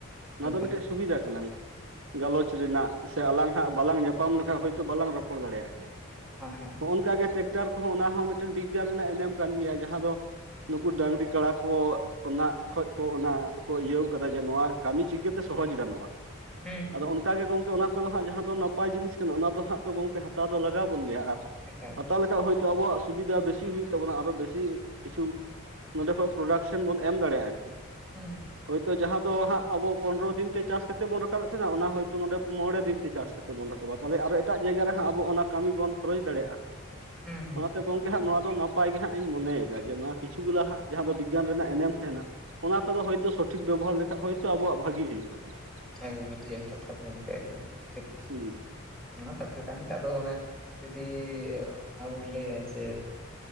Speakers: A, on the right; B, in the centre.
A: ᱱᱚᱣᱟ
B: ᱮᱠᱫᱚᱢ
A: ᱫᱚ ᱢᱤᱫᱴᱮᱱ ᱥᱩᱵᱤᱫᱷᱟ ᱠᱟᱱᱟ ᱾ ᱜᱟᱞᱚᱪ ᱨᱮᱱᱟᱜ ᱥᱮ ᱟᱞᱟᱝ ᱦᱟᱸᱜ ᱵᱟᱞᱟᱝ ᱧᱟᱯᱟᱢ ᱞᱮᱠᱷᱟᱱ ᱦᱚᱭᱛᱳ ᱵᱟᱞᱟᱝ ᱨᱚᱯᱚᱲ ᱫᱟᱲᱮᱭᱟᱜᱼᱟ ᱜᱮᱭᱟ
B: ᱦᱳᱭ
A: ᱾
B: ᱦᱳᱭ
A: ᱦᱚᱜᱼᱚ ᱱᱚᱝᱠᱟ ᱜᱮ ᱴᱨᱟᱠᱴᱟᱨ ᱠᱚᱦᱚᱸ ᱚᱱᱟ ᱦᱚᱸ ᱢᱤᱫᱴᱮᱱ ᱵᱤᱜᱽᱜᱟᱱ ᱨᱮᱱᱟᱜ ᱮᱱᱮᱢ ᱠᱟᱱ ᱜᱮᱭᱟ ᱡᱟᱦᱟᱸ ᱫᱚ ᱱᱩᱠᱩ ᱰᱟᱝᱨᱤ ᱠᱟᱲᱟ ᱠᱚ ᱚᱱᱟ ᱠᱷᱚᱡ ᱠᱚ ᱚᱱᱟ ᱠᱚ ᱤᱭᱟᱹᱣ ᱟᱠᱟᱫᱟ ᱡᱮ, ᱱᱚᱣᱟ ᱠᱟᱹᱢᱤ ᱪᱤᱠᱟᱹᱛᱮ ᱥᱚᱦᱚᱡᱽ ᱜᱟᱱᱚᱜᱼᱟ ᱾
B: ᱦᱩᱸ ᱦᱩᱸ
A: ᱟᱫᱚ ᱚᱱᱠᱟᱜᱮ ᱜᱚᱢᱠᱮ ᱚᱱᱟ ᱠᱚᱫᱚ ᱦᱟᱸᱜ ᱡᱟᱦᱟᱸ ᱫᱚ ᱱᱟᱯᱟᱭ ᱡᱤᱱᱤᱥ ᱠᱟᱱᱟ, ᱚᱱᱟ ᱫᱚ ᱦᱟᱸᱜ ᱛᱚ ᱜᱚᱢᱠᱮ ᱦᱟᱛᱟᱣ ᱫᱚ ᱞᱟᱜᱟᱣ ᱵᱚᱱ ᱜᱮᱭᱟ ᱾ ᱟᱨᱼᱼ
B: ᱮᱠᱟᱞ ᱮᱠᱟᱞ
A: ᱦᱟᱛᱟᱣ ᱞᱮᱠᱷᱟᱡ ᱦᱚᱭᱛᱳ ᱟᱵᱚᱣᱟᱜ ᱥᱩᱵᱤᱫᱷᱟ ᱵᱮᱥᱤ ᱦᱩᱭᱩᱜ ᱛᱟᱵᱚᱱᱟ, ᱟᱨᱚ ᱵᱮᱥᱤ ᱠᱤᱪᱷᱩ ᱱᱚᱸᱰᱮ ᱠᱷᱚᱡ ᱯᱨᱚᱰᱟᱠᱥᱮᱱ ᱵᱚᱱ ᱮᱢ ᱫᱟᱲᱮᱭᱟᱜᱼᱟ ᱮᱱᱛᱮᱫ ᱾
B: ᱦᱩᱸ ᱾
A: ᱦᱚᱭᱛᱳ ᱡᱟᱦᱟᱸ ᱫᱚ ᱦᱟᱸᱜ ᱟᱵᱚ ᱯᱚᱱᱨᱚ ᱫᱤᱱ ᱛᱮ ᱪᱟᱥ ᱠᱟᱛᱮ ᱵᱚᱱ ᱨᱟᱠᱟᱵ ᱨᱟᱠᱟᱵᱮᱫ ᱛᱟᱦᱮᱱᱟ ᱚᱱᱟ ᱦᱳᱭᱛᱳ ᱚᱸᱰᱮ ᱢᱚᱬᱮ ᱫᱤᱱ ᱛᱮ ᱪᱟᱥ ᱠᱟᱛᱮᱫ ᱵᱚᱱ ᱨᱟᱠᱟᱵᱟ, ᱛᱟᱦᱚᱞᱮ ᱟᱨ ᱮᱴᱟᱜ ᱡᱟᱭᱜᱟ ᱨᱮ ᱦᱟᱸᱜ ᱟᱵᱚ ᱚᱱᱟ ᱠᱟᱹᱢᱤ ᱵᱚᱱ ᱠᱷᱚᱨᱚᱪ ᱫᱟᱲᱮᱭᱟᱜᱼᱟ ᱾
B: ᱦᱩᱸ ᱦᱩᱸ
A: ᱚᱱᱟᱛᱮ ᱜᱚᱝᱠᱮ
B: ᱮᱠᱟᱞ
A: ᱦᱟᱸᱜ ᱱᱚᱣᱟ ᱫᱚ ᱱᱟᱯᱟᱭ ᱱᱟᱯᱟᱭ ᱜᱮ ᱦᱟᱸᱜ ᱤᱧ ᱢᱚᱱᱮᱭᱮᱫᱟ, ᱡᱮ ᱱᱚᱣᱟ ᱠᱤᱪᱷᱩ ᱜᱩᱞᱟ ᱦᱟᱸᱜ ᱡᱟᱦᱟᱸ ᱫᱚ ᱵᱤᱜᱽᱜᱟᱱ ᱨᱮᱱᱟᱜ ᱮᱱᱮᱢ ᱛᱟᱦᱮᱱᱟᱼᱼ ᱚᱱᱟ ᱠᱚᱫᱚ ᱦᱚᱭᱛᱳ ᱥᱚᱴᱷᱤᱠ ᱵᱮᱵᱚᱦᱟᱨ ᱞᱮᱠᱷᱟᱡ ᱦᱚᱭᱛᱳ ᱟᱵᱚᱣᱟᱜ ᱵᱷᱟᱹᱜᱤ ᱦᱩᱭᱩᱜ ᱛᱟᱵᱚᱱᱟ ᱾
B: ᱮᱠᱫᱚᱢ ᱟᱹᱰᱤ ᱡᱚᱛᱷᱟᱛ ᱠᱟᱛᱷᱟ ᱜᱚᱢᱠᱮ ᱮᱫᱚᱢ ᱴᱷᱤᱠ ᱾
A: ᱦᱩᱸ ᱾
B: ᱚᱱᱟ ᱦᱚᱸ ᱠᱟᱛᱷᱟ ᱠᱟᱱ ᱜᱮ ᱟᱫᱚ ᱚᱱᱮ, ᱡᱩᱫᱤ ᱚᱱᱟ ᱵᱚᱱ ᱞᱟᱹᱭᱟ ᱡᱮ